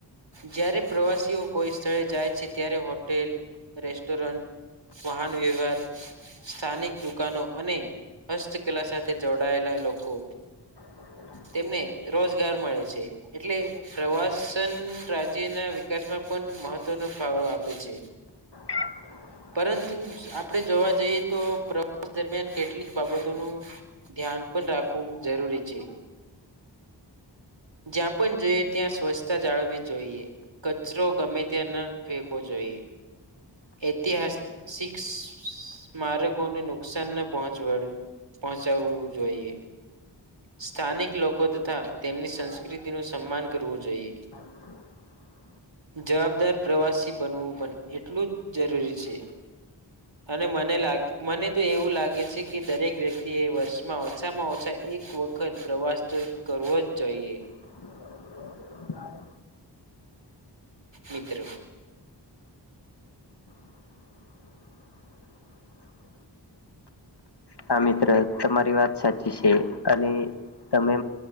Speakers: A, on the right; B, on the left.
A: જ્યારે પ્રવાસીઓ કોઈ સ્થળે જાય છે ત્યારે હોટેલ, રેસ્ટોરન્ટ વાહનવ્યવહાર સ્થાનિક દુકાનો અને હસ્તકલા સાથે જોડાયેલા લોકો
B: <inaudible>
A: તેમને રોજગાર મળે છે એટલે પ્રવાસન રાજ્યના વિકાસમાં પણ મહત્વનો ફાળો આપે છે.
B: <inaudible>
A: પરંતુ આપડે જોવા જઈએ તો પ્ર <unintelligible> દરમિયાન કેટલીક બાબતોનું ધ્યાન પણ રાખવું જરૂરી છે. જ્યાં પણ જઈએ ત્યાં સ્વચ્છતા જાળવી જોઈએ કચરો ગમે ત્યાં ન ફેંકોવો જોઈએ. <unintelligible> ઐતિહાસિક સ્મારકોને નુકસાન ન પહોંચવડવુ પહોંચાવું જોઈએ. સ્થાનિક લોકો તથા તેમની સંસ્કૃતિનું સન્માન કરવું જોઈએ.
B: <inaudible>
A: જવાબદાર પ્રવાસી બનવું પણ એટલું જ જરૂરી છે. અને મને લાગે મને તો એવું લાગે છે કે દરેક વ્યક્તિએ વર્ષમાં ઓછામાં ઓછા એક વખત પ્રવાસ તો કરવો જ જોઈએ.
B: <inaudible>
A: મિત્ર.
B: <inaudible> હા મિત્ર તમારી વાત સાચી છે અને તમે